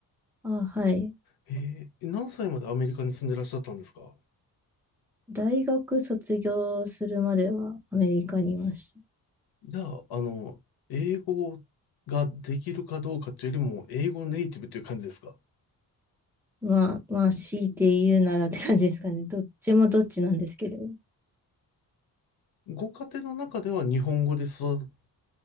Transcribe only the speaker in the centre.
あ、はい。
大学卒業するまではアメリカにいました。
まあ、まあ、強いて言うならって感じですかね。どっちもどっちなんですけど。